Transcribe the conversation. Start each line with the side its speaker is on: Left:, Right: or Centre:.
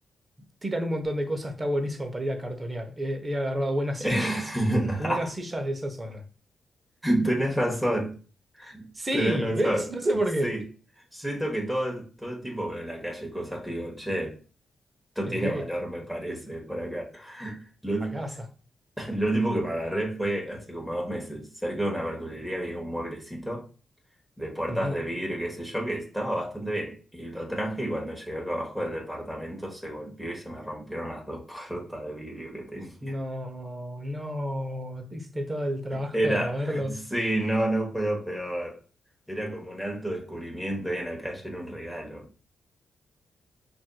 Right: tiran un montón de cosas, está buenísimo para ir a cartonear. He, he agarrado buenas
Centre: <laughs>
Right: sillas, buenas sillas de esa zona.
Centre: Tenés razón,
Right: Sí,
Centre: tenés razón.
Right: ¿ves? No sé por
Centre: Sí.
Right: qué.
Centre: Siento que todo, todo el tiempo veo en la calle cosas que digo, che, esto
Right: Ejé,
Centre: tiene valor, me parece, por acá. Lo,
Right: a casa.
Centre: <laughs> lo último que me agarré fue hace como dos meses. Cerca de una verdulería había un mueblecito. de puertas
Right: Ujú.
Centre: de vidrio, qué sé yo, que estaba bastante bien. Y lo traje y cuando llegué acá abajo del departamento se golpeó y se me rompieron las dos <laughs> puertas de vidrio que tenía.
Right: No, no, te hiciste todo el trabajo
Centre: Era,
Right: de moverlo.
Centre: sí, no, no fue lo peor. Era como un alto descubrimiento ahí en la calle, era un regalo.